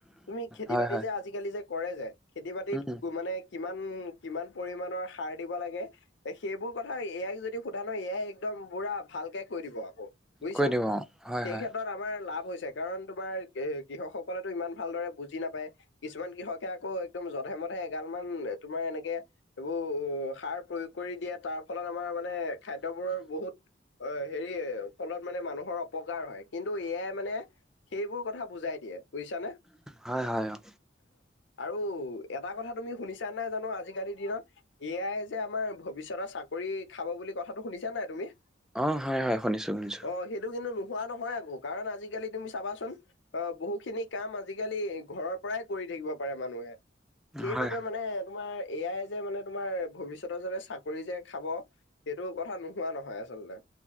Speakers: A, on the left (about 65°); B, in the centre.
A: তুমি খেতি
B: হয়
A: বাতি
B: হয়
A: যে আজ আজিকালি যে কৰে যে খেতি বাতিত
B: উম
A: মানে কিমান কিমান পৰিমাণৰ সাৰ দিব লাগে সেইবোৰ কথা ইয়াক যদি সোধা ন এ আই একদম পুৰা ভালকে কৈ দিব আকৌ বুজিছা
B: কৈ দিওঁ অ হয়
A: সেই
B: হয়
A: ক্ষেত্ৰত আমাৰ লাভ হৈ যায় কাৰণ তোমাৰ কৃষকসকলেতো ইমান ভালদৰে বুজি নাপায় কিছুমান কৃষকে আকৌ একদম জধে মধে এগাল মান তোমাৰ এনেকে এইবোৰ অ সাৰ প্ৰয়োগ কৰি দিয়ে তাৰ ফলত আমাৰ মানে খাদ্যবোৰৰ বহুত অ হেৰি ফলত মানে মানুহৰ অপকাৰ হয় কিন্তু এ আই মানে সেইবোৰ কথা বুজাই দিয়ে বুজিছানে
B: হয় হয় অ
A: আৰু এটা কথা তুমি শুনিছা নাই জানো আজিকালিৰ দিনত এয়াই যে আমাৰ ভৱিষ্যতৰ চাকৰি খাব বুলি কথাটো শুনিছা নাই তুমি
B: অঁ হয় হয় শুনিছোঁ শুনিছোঁ
A: অ সেইটো কিন্তু নোহোৱা নহয় আকৌ কাৰণ আজিকালি তুমি চাবাচোন অ বহু খিনি কাম আজিকালি ঘৰৰ পৰাই কৰি থাকিব পাৰে মানুহে সেইবাবে
B: হয় হয়
A: মানে তোমাৰ এ আই যে মানে তোমাৰ ভৱিষ্যতৰ যাতে চাকৰি যে খাব সেইটো কথা নোহোৱা নহয় আচলতে